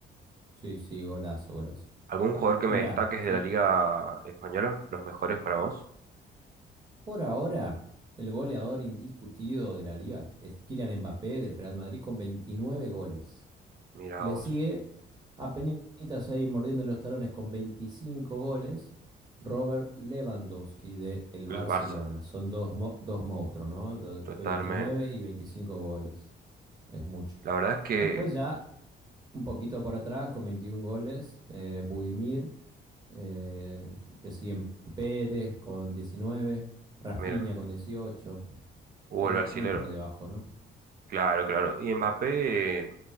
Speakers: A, on the right; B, on the right.
A: Sí, sí, golazo, golazo.
B: ¿Algún jugador que
A: Mirá,
B: me destaques de
A: te-
B: la Liga Española? ¿Los mejores para vos?
A: por ahora el goleador indiscutido de la liga es Kylian Mbappé del Real Madrid con 29 goles.
B: Mira
A: Le
B: vos,
A: sigue apenitas ahí mordiendo los talones con 25 goles Robert Lewandowski de el Barcelona.
B: el Barça,
A: Son dos, mo- dos monstruos, ¿no? Do-
B: totalmente.
A: 29 y 25 goles. Es mucho.
B: La verdad es que,
A: Después ya un poquito por atrás con 21 goles eh, Budimir Eh, le siguen Pérez con 19, Rafinha
B: mira,
A: con 18,
B: hubo
A: pero
B: el brasilero.
A: muy por debajo, ¿no?
B: Claro, claro. Y Mbappé,